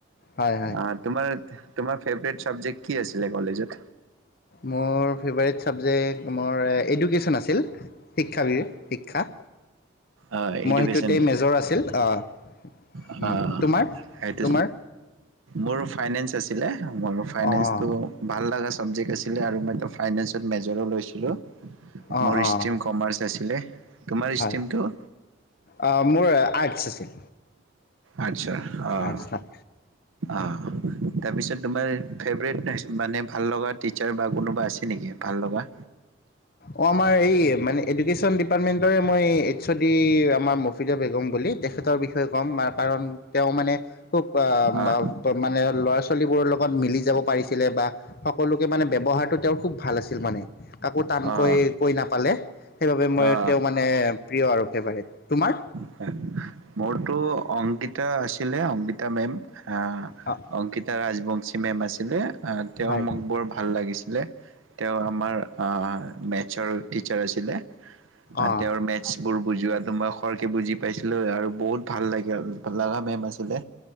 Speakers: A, on the left; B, on the right.
A: হয় হয়
B: অ তোমাৰ তোমাৰ ফেভৰেট চাবজেক্ কি আছিলে কলেজত?
A: মোৰ ফেভৰেট চাবজেক মোৰ এডুকেশ্বন আছিল। শিক্ষাৰে <unintelligible> শিক্ষা।
B: অ
A: মই
B: এডুকেশ্বন।
A: সেইটোতেই মেজৰ আছিল অঁ
B: অহ।
A: উম, তোমাৰ
B: সেইটো
A: তোমাৰ
B: মোৰো ফাইনেন্স আছিলে, মোৰ ফাইনেন্স
A: অঁ
B: টো ভাল লগা চাবজেক্ট আছিলে আৰু মই তো ফাইনেন্সত মেজৰো লৈছিলোঁ।
A: অঁ
B: মোৰ
A: অঁ
B: ষ্ট্ৰীম কমাৰ্চ আছিলে, তোমাৰ
A: হয়
B: ষ্ট্ৰীমটো?
A: আহ মোৰ আৰ্টছ আছিল।
B: আৰ্টছৰ অঁ
A: আৰ্টছ।
B: অঁ তাৰপিছত তোমাৰ ফেভৰেট মানে ভাল লগা টিচাৰ বা কোনোবা আছে? নেকি ভাল লগা?
A: অ আমাৰ এই মানে এডুকেছন ডিপাৰ্টমেণ্টৰ এ মই এই এহ ও দি আমাৰ বেগম বুলি। তেখেতৰ বিষয়ে কম কাৰণ তেওঁ মানে খুব আহ
B: অঁ
A: মানে ল'ৰা ছোৱালীবোৰৰ লগত মিলি যাব পাৰিছিল। বা সকলোকে মানে ব্যৱহাৰটো তেওঁ খুব ভাল আছিল মানে। কাকো
B: অঁ
A: কৈ-কৈ নাপালে সেইবাবে মই
B: অঁ
A: তেওঁ মানে প্ৰিয় আৰু ফেভাৰেট। তোমাৰ?
B: হয় মোৰতো অংকিতা আছিলে, অংকিতা মেম। হ
A: অঁ
B: অংকিতা ৰাজবংশী মেম আছিলে অ তেওঁ
A: হয়
B: মোক বৰ ভাল লাগিছে। তেওঁ আমাৰ মেথছৰ টিচাৰ আছিলে।
A: অঁ
B: তেওঁৰ মেথছবোৰ বুজোৱাটো মই খৰ কে বুজি পাইছিলো আৰু বহুত ভাল লাগিল। লগা মেম আছিলে